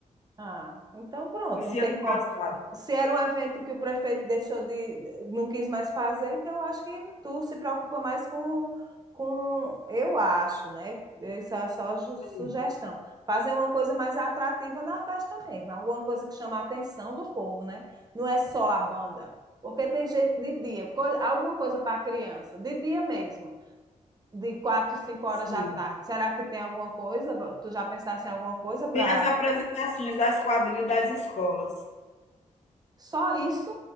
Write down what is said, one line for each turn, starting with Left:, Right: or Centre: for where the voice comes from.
Right: Ah, então pronto,
Left: Esse
Right: não tem
Left: ano
Right: como.
Left: passado.
Right: Se era um evento que o prefeito deixou de, não quis mais fazer, então eu acho que tu se preocupa mais com, com, eu acho, né? Isso é só ju-
Left: Sim,
Right: sugestão. Fazer uma coisa mais atrativa na festa mesmo, alguma coisa que chama a atenção do povo, né? Não é só a banda, porque tem gente de dia, co- alguma coisa para criança, de dia mesmo, de quatro, cinco
Left: sim.
Right: horas da tarde. Será que tem alguma coisa? Tu já pensaste em alguma coisa para
Left: Tem as apresentações das quadrilhas das escolas.
Right: Só isso